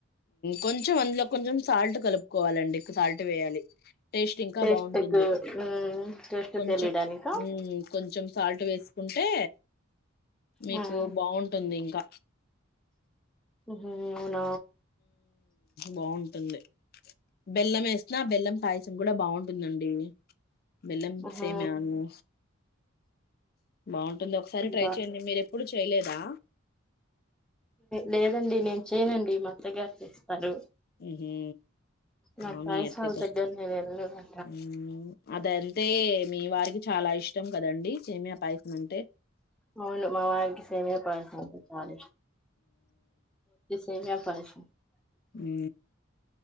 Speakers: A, on the left; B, in the centre.
A: కొంచెం అందులో కొంచెం సాల్ట్ కలుపుకోవాలండి సాల్ట్ వేయాలి టేస్ట్ ఇంకా
B: టేస్ట్
A: బాగుంటుంది
B: కు మ్మ్ టేస్ట్
A: కొంచెం
B: తెలియడానికా
A: కొంచెం సాల్ట్ వేసుకుంటే
B: మ్మ్
A: మీకు బాగుంటుంది ఇంకా <unintelligible>
B: హ న
A: బాగుంటుంది బెల్లం వేసిన ఆ బెల్లం పాయసం కూడా బాగుంటుందండి మెల్లం
B: మ్హూ
A: సేమను బాగు ఉంటుంది ఒకసారి
B: ఉంటా
A: ట్రై చేయండి మీరు ఎప్పుడు చేయలేదా
B: లేదండి నేను చేయనండి మా దగ్గారికి సరు
A: ఉహు
B: నాకు
A: ఆ మీ
B: రాయసళ్ళ
A: అత్తకి
B: దగ్గర నేను వెళ్ళ నా
A: ఉమ్ అదంటే మీ వారికి చాలా ఇష్టం కదండి ఏమి అ పాయసం అంటే
B: అవును మాగ సేమ పంట చాల సవే పస
A: అ